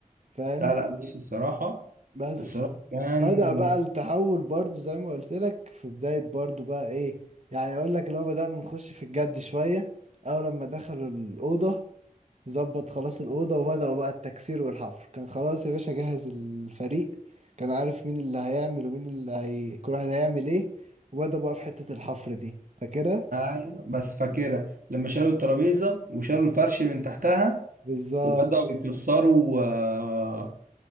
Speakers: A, on the right; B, on the right.
A: فاهم
B: لا لا بص الصراحة
A: بس
B: الصراحة كان
A: بدأ بقى التحول برضو زي ما قلت لك في بداية برضو بقى ايه يعني اقول لك لو بدأنا نخش في الجد شوية اول لما دخلوا الأوضة ظبط خلاص الأوضة وبدأوا بقى التكسير والحفر كان خلاص يا باشا جهز الفريق كان عارف مين اللي هيعمل ومين اللي هي كل واحد هيعمل ايه وبدأ بقى في حتة الحفر دي فاكرها
B: ايوه بس فاكرها لما شالوا الترابيزه وشالوا الفرش من تحتها
A: بالظبط
B: وبداوا يكسروا آه،